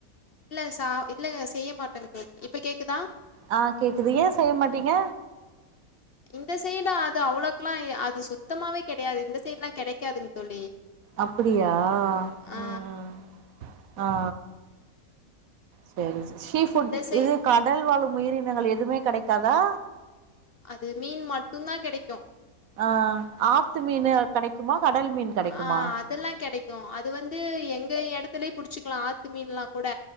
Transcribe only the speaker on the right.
ஆ கேக்குது ஏ செய்ய மாட்டீங்க
அப்படியா
ம் ம் ஆ சரி சீ ஃபுட்
இது கடல் வாழும் உயிர் இனங்கள் எதுவுமே கிடைக்காதா
ஆ ஆத்து மீனு கெடைக்குமா கடல் மீன் கெடைக்குமா